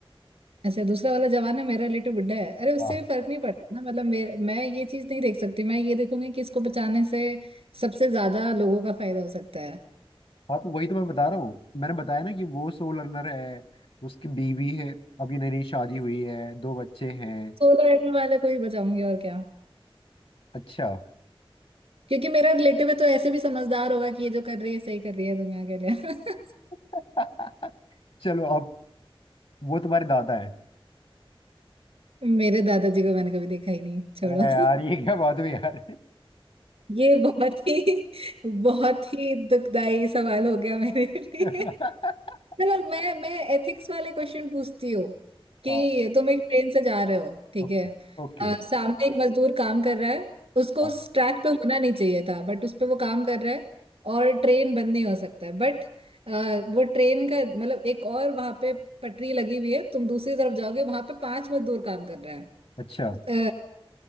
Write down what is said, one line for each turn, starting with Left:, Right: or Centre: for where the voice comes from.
Right: ऐसे दूसरा वाला जवान है मेरा रिलेटिव बुढ़ा है अरे उससे
Left: हाँ
Right: भी फर्क नहीं पड़ता ना मतलब मेरे मैं ये चीज नहीं देख सकती मैं ये देखूंगी कि इसको बचाने से सबसे ज्यादा लोगों का फायदा हो सकता है
Left: हाँ तो वही तो मैं बता रहा हूँ मैंने बताया ना कि वो सोल अर्नर है उसकी बीवी है अभी नई नई शादी हुई है दो बच्चे हैं
Right: सोलर एनर्जी वाले को ही बचाऊंगी और क्या
Left: अच्छा
Right: क्योंकि मेरा रिलेटिव है तो ऐसे भी समझदार होगा कि ये जो कर रही है सही कर रही है दुनिया के लिए <laughs>
Left: <laughs> चलो अब वो तुम्हारे दादा है
Right: मेरे दादाजी को मैंने कभी देखा ही नहीं छोड़ो
Left: अरे यार ये क्या बात हुई यार
Right: ये बहुत ही बहुत ही दुखदाई सवाल हो गया मेरे लिए
Left: <laughs>
Right: चलो मैं मैं एथिक्स वाले क्वेश्चन पूछती हूँ कि
Left: हाँ
Right: तुम एक ट्रेन से जा रहे हो ठीक
Left: Okay
Right: है
Left: okay
Right: अ, सामने एक मजदूर काम कर रहा है उसको
Left: हाँ
Right: उस ट्रैक पे होना नहीं चाहिए था बट उस पे वो काम कर रहा है और ट्रेन बंद नहीं हो सकता है बट वो ट्रेन का मतलब एक और वहां पे पटरी लगी हुई है तुम दूसरी तरफ जाओगे वहां पे पांच मजदूर काम कर रहे
Left: अच्छा
Right: हैं